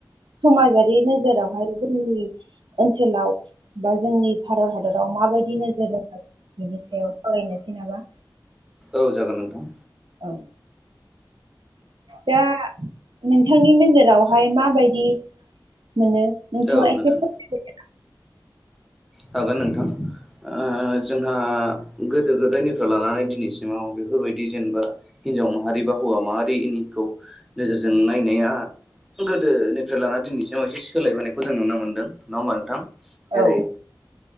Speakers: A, on the right; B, in the centre.
A: समाजारि नोजोरावहाय जोंनि ओनसोलाव बा जोंनि भारत हादराव माबायदि नोजोर होनो बिनि सायाव सावरायनोसै नामा?
B: औ जागोन नोंथां।
A: औ। दा नोंथांनि नोजोरावहाय माबायदि मोनो नोंथाङा
B: औ
A: एसे
B: नोंथां
A: फोरमायदो
B: हागोन नोंथां ओ। जोंहा गोदो-गोदायनिफ्राय लानानै दिनैसिमाव बेफोरबायदि जेनेबा हिन्जाव माहारि बा हौवा माहारि- खौ नोजोरजों नायनाया गोदोनिफ्राय लानानै दिनैसिमाव एसे सोलायबोनायखौ जों नुनो मोनदों। नङा होमबा नोंथां? जेरै
A: औ